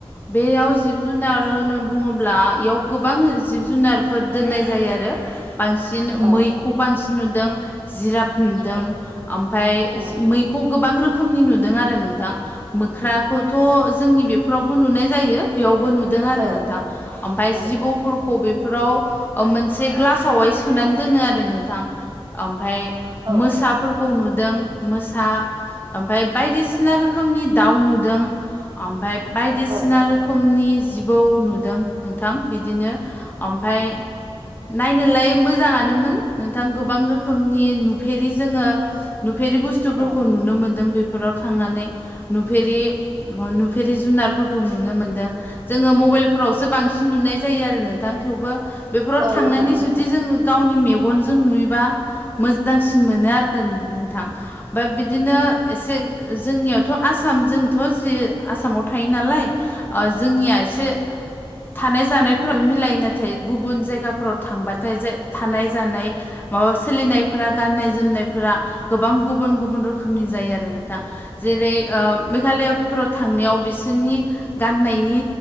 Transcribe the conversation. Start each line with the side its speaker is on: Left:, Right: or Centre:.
Left: बेयाव जिब जुनार होनो बुङोब्ला बेयाव गोबां जिब जुनार बे फोर दोननाय जायो आरो बांसिन
Right: औ
Left: मैखौ बांसिन नुदों जिराब नुदों।
Right: औ
Left: ओमफ्राय
Right: औ
Left: मैखौ गोबां रोखोमनि नुदों आरो नोंथां मोख्राखौ खौथ' जोंनि बेफोरावबो नुनाय जायो। बेयावबो नुदों आरो
Right: औ
Left: नोंथां ओमफ्राय
Right: औ
Left: जिबौफोरखौ बे बेफोराव मोनसे ग्लासावहाय सो होनानै दोनो आरो नोंथां ओमफाय
Right: औ
Left: मोसा खौ नुदों मोसा ओमफ्राय बायदिसिना रोखोमनि दाउ नुदों ओमफ्राय बायदिसिना
Right: औ
Left: रो रोखोमनि जिबौ नुदों नोंथां बिदिनो ओमफ्राय नायनोलाय मोजाङानोमोन नोंथां गोबां रोखोमनि नुफेरि जोङो नुफेरि बुस्थुफोरखौ
Right: औ
Left: नुनो मोन्दों बेफोराव थांनानै नुफेरि नुफेरि जुनारफोरखौ नुनो मोन्दों जोङो मबाइलफोरावसो बांसिन
Right: औ नोंथां औ
Left: नुनाय जायो आरो नों दां थेवबो बेफोराव
Right: औ नोंथां
Left: थांनानै जुदि जोङो गावनि मेगनजों नुयोबा मोजांसिन मोनो आरो नोंथां ओमफ्राय बिदिनो एसे जोंनियावथ' आसाम जोंथ' जे आसामाव थायो नालाय जोंनिया एसे से थानाय जानायफोर मिलायो नाथाय गुबुन जायगाफोराव थांबाथाय जाय थानाय जानाय माबा सोलिनायफोरा गाननाय जोमनाय गोबां गुबन गुबन रोखोमनि जायो आरो नोंथां जेरै मेघालया फोराव थांनायाव बिसोरनि गाननायनि